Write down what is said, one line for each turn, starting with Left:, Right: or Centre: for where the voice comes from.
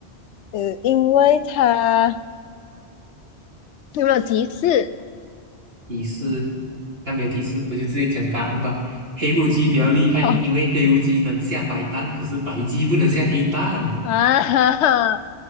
Left: 呃，因为它有没有提示？
Right: 提示，但没有提示，我就直接讲答案吧。黑乌鸡比较厉害，
Left: <laughs> 哦
Right: 因为黑乌鸡能下白蛋，可是白鸡不能下黑蛋，
Left: 啊哈哈